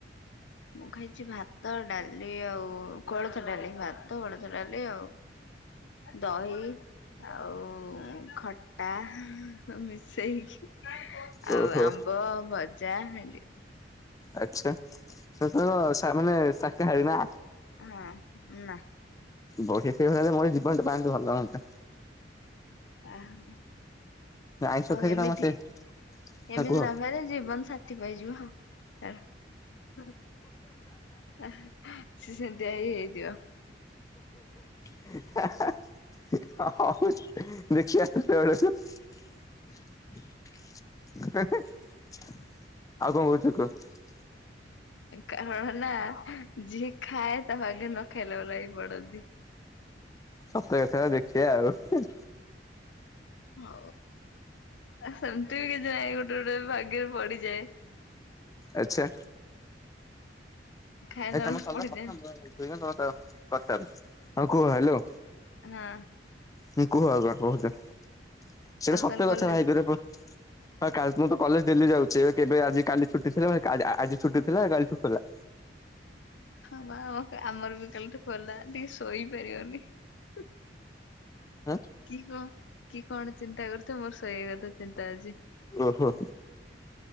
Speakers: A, on the left; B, on the left.
A: ମୁଁ ଖାଇଛି ଭାତ ଡାଲି ଆଉ କୋଳଥ ଡାଲି ଭାତ କୋଳଥ ଡାଲି ଆଉ ଦହି ଆଉ ଖଟା ମିଶେଇକି।
B: ଓହୋ
A: ଆଉ ଆମ୍ବ ଭଜା ଭେଣ୍ଡି
B: ଆଛା ତୋର ମାନେ ଶାକାହାରାରୀ ନା?
A: ହଁ ନାଁ।
B: ବସି ସୋଇକି ଖାଇଲେ ମୋର ଜୀବନ ଟା ପାଆନ୍ତି ଭଲ ହୁଅନ୍ତା।
A: ଓ ହୋ।
B: ଆଇଁଷ
A: ଆଉ
B: ଖାଇକି
A: ଏମିତି
B: ତମେ ସେ ହଁ
A: ଏମିତି
B: କୁହ
A: ନ ଜୀବନ ସାଥି ପାଇ ଯିବ ଆଉ। <inaudible> <inaudible> ସେ ସେମିତି ଆ ହେଇ ହେଇ ଯିବ।
B: ହ ଦେଖିବା ସେବେଳକୁ। ହ <inaudible> ଆଉ କଣ କହୁଛ କୁହ?
A: କାରଣ ନା ଯିଏ ଖାଏ ତାହା ଭାଗ୍ୟ ରେ ନଖାଇଲା ବାଲା ହିଁ ପଡନ୍ତି।
B: ସତ କଥା ଦେଖିବା ଆଉ।
A: ହଁ, ସେମିତି ବି କିଛି ନାହିଁ ଗୋଟେ ଗୋଟେ ଭାଗ୍ୟରେ ପଡିଯାଏ।
B: ଆଚ୍ଛା।
A: ଖାଇଲା
B: ଏଇ ତମ
A: ବେଳେ
B: ଚାଲ
A: ପଡିଯାଏ
B: <unintelligible> କଟାରୁ ହଁ କୁହ ଭା ହାଲୋ।
A: ହଁ।
B: ହଁ କୁହ ଆଗ। କୁହନ୍ତୁ ସେଇଟା
A: କାଲି
B: ସତ୍ୟ
A: ତାହେଲେ
B: କଥା
A: କଲେଜ
B: ଭାଗ୳ରେ ହଁ କାହାକୁ ଗୋଟେ କଲେ ଦିଲ୍ଲୀ ଯାଉଛି କେବେ ଆଜି କାଲି ଛୁଟି ଥିଲା। ଆଜି ଛୁଟି ଥିଲା। କାଲି ଠୁ ଖୋଲା।
A: ହଁ ଆମର ବି କାଲିଠୁ ଖୋଲା। ଡି ଶୋଇ ପାରିବନି। ହୁଁ।
B: ହଁ
A: କି କ କି କଣ ଚିନ୍ତା କରୁଛ ମୋର ଶୋଇବା କଥା? ଚିନ୍ତା ଅଛି।
B: ଓହୋ